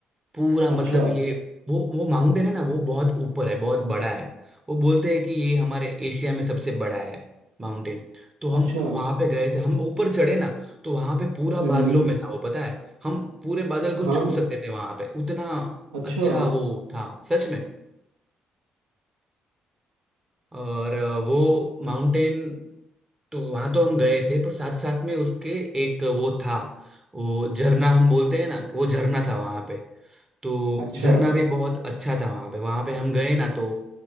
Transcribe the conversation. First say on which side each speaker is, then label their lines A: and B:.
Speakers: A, on the right; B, on the right.
A: पूरा मतलब
B: अच्छा
A: ये वो वो माउंटेन है ना वो बहुत ऊपर है बहुत बड़ा है वो बोलते हैं कि ये हमारे एशिया में सबसे बड़ा है माउंटेन तो हम
B: अच्छा
A: वहां पे गए थे हम ऊपर चढ़े ना तो वहां पे पूरा
B: हम्म
A: बादलों
B: हम्म,
A: में था वो पता है हम पूरे बादल को
B: हाँ
A: छू सकते थे वहां पे उतना
B: अच्छा
A: अच्छा वो था सच में और अ, वो माउंटेन तो वहां तो हम गए थे पर साथ साथ में उसके एक वो था वो झरना हम बोलते हैं ना वो झरना था वहां पे तो
B: अच्छा
A: झरना भी बहुत अच्छा था वहां पे वहां पे हम गए ना तो